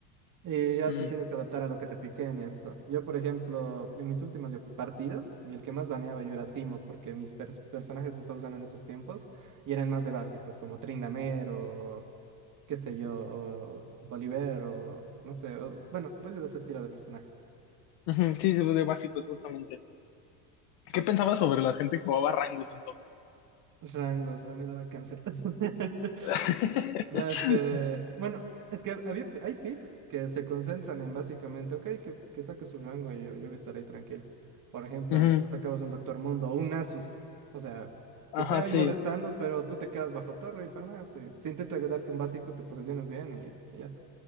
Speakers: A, on the right; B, on the left.
A: Y ya
B: mm,
A: te tienes que adaptar a lo que te piquen y esto. Yo, por ejemplo, en mis últimas ya partidas, y el que más baneaba yo era Timo, porque mis pers- personajes que estaba usando en esos tiempos y eran más de básicos, como Tryndamere o qué sé yo, o Bolívar o no sé, o- bueno, vuelvo de ese estilo de personajes.
B: ujú, Sí, sí, de básicos, justamente. ¿Qué pensabas sobre la gente que jugaba Rangos en top?
A: Rangos, a mí no me daba cáncer. <laughs>
B: <laughs>
A: No, es que, bueno, es que había, hay picks que se concentran en básicamente, ok, que, que saque su rango y yo, yo estaré tranquilo. Por ejemplo,
B: Ujú,
A: te sacabas un Doctor Mundo o un Asus, o sea,
B: Ajá,
A: que esté ahí
B: sí.
A: molestando, pero tú te quedas bajo torre y farmeas. Y si intenta darte un básico, te posicionas bien y, y ya.